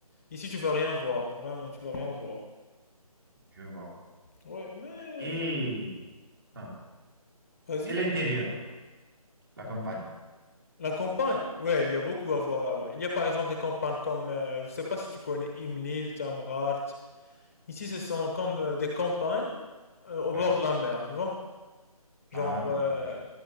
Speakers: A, on the left (about 25°); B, on the right (about 35°).
A: Ici, tu vas rien voir. Vraiment, tu vas rien voir.
B: je vois.
A: Ouais, mais,
B: Et, ah,
A: vas-y.
B: et l'intérieur, la campagne.
A: La campagne. Ouais, il y a beaucoup à voir là-bas. Il y a par exemple des campagnes comme, euh, je sais pas si tu connais Imlil, Tamrat. Ici, ce sont comme euh, des campagnes euh, au bord
B: Ouais.
A: de la mer, tu vois. Genre,
B: Ah, d'accord.
A: euh,
B: Je...